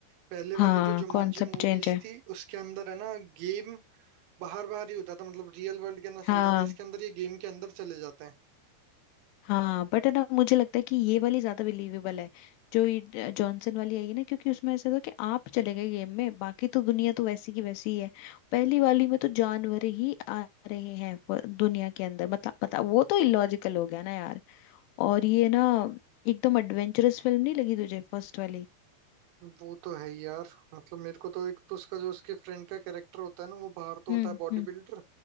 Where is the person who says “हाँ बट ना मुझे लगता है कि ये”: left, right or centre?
Left